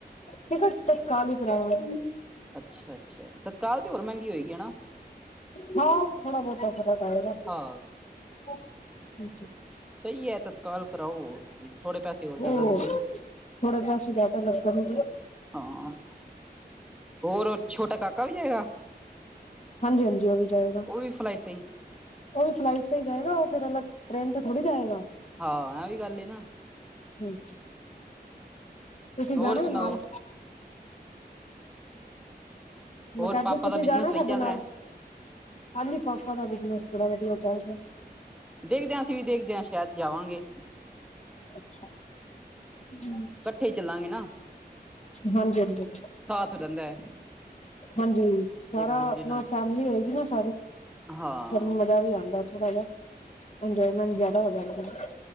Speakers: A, on the left; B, in the centre.
A: ਟਿਕਟ, ਤਤਕਾਲ ਈ ਕਰਾਂਵਾ
B: ਅੱਛਾ-ਅੱਛਾ, ਤਤਕਾਲ ਤੇ ਹੋਰ ਮਹਿੰਗੀ ਹੋਏਗੀ ਹਨਾ?
A: ਹਾਂ, ਥੋੜਾ-ਬਹੋਤਾ ਫਰਕ ਆਏਗਾ।
B: ਹਾ
A: <inaudible>
B: ਸਹੀ ਐ। ਤਤਕਾਲ ਕਰਾਓ ਹੋਰ ਕੀ, ਥੋੜੇ ਪੈਸੇ ਹੋਰ
A: ਉਹ
B: ਜ਼ਿਆਦਾ ਲੱਗਦੇ ਨੇ।
A: ਥੋੜੇ ਪੈਸੇ ਜ਼ਿਆਦਾ ਲੱਗਣਗੇ
B: ਹਾਂ, ਹੋਰ, ਛੋਟਾ ਕਾਕਾ ਵੀ ਜਾਏਗਾ?
A: ਹਾਂਜੀ-ਹਾਂਜੀ, ਉਹ ਵੀ ਜਾਏਗਾ।
B: ਉਹ ਵੀ ਫਲਾਈਟ ਤੇ ਹੀ
A: ਉਹ ਵੀ ਫਲਾਈਟ ਤੇ ਈ ਜਾਏਗਾ, ਉਹ ਫਿਰ ਅਲੱਗ ਟ੍ਰੇਨ ਤੇ ਥੋੜ੍ਹੀ ਜਾਏਗਾ।
B: ਹਾਂ, ਐਵੀ ਗੱਲ ਏ ਨਾ।
A: ਅੱ, ਤੁਸੀਂ
B: ਹੋਰ
A: ਜਾਣਾ
B: ਸੁਣਾਓ
A: ਨਾਲ?
B: ਹੋਰ
A: ਮੈਂ ਕਿਆ ਆਜੋ
B: ਪਾਪਾ
A: ਤੁਸੀਂ
B: ਦਾ ਬਿਜਨਸ
A: ਜਾਣਾ
B: ਸਹੀ
A: ਸਾਡੇ
B: ਚੱਲ
A: ਨਾਲ,
B: ਰਿਹਾ
A: ਹਾਂਜੀ, ਪਾਪਾ ਦਾ ਬਿਜ਼ਨਸ ਬੜਾ ਵਧੀਆ ਚੱਲ ਰਿਹਾ।
B: ਦੇਖਦੇ ਆ ਅਸੀਂ ਵੀ ਦੇਖਦੇ ਆ, ਸ਼ਾਇਦ ਜਾਵਾਂਗੇ।
A: ਅੱਛਾ, ਹੂੰ।
B: ਕੱਠੇ ਈ ਚੱਲਾਂਗੇ ਨਾ।
A: ਹਾਂਜੀ-ਹਾਂਜੀ, ਹਾਂਜੀ।
B: ਸਾਥ ਹੋ ਜਾਂਦਾ ਹੈ
A: ਹਾਂਜੀ, ਸਾਰਾ
B: ਇੱਕ ਦੂਜੇ
A: ਅਪਨਾ,
B: ਨਾਲ
A: ਫੈਮਲੀ ਹੋਏਗੀ ਨਾ ਸਾਰੀ
B: ਹਾਂ
A: ਫਿਰ ਮਜ਼ਾ ਵੀ ਆਂਦਾ ਥੋੜਾ ਜਹਾ, ਇੰਜੋਏਮੈਂਟ ਜ਼ਿਆਦਾ ਹੋ ਜਾਂਦੀ ਏ।